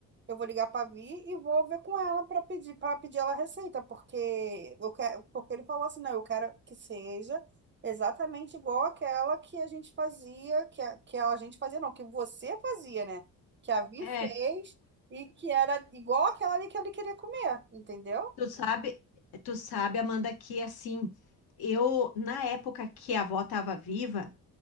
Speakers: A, on the right (about 30°); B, on the left (about 65°).
A: eu vou ligar para Vi e vou ver com ela para pedir, para pedir ela a receita, porque eu quero, porque ele falou assim, não, eu quero que seja exatamente igual aquela que a gente fazia, que a, que a gente fazia, não, que você fazia, né? Que a Vi
B: É,
A: fez
B: é,
A: e que era igual aquela ali que ele queria comer, entendeu?
B: tu sabe, tu sabe, Amanda, que assim, eu, na época que a avó estava viva,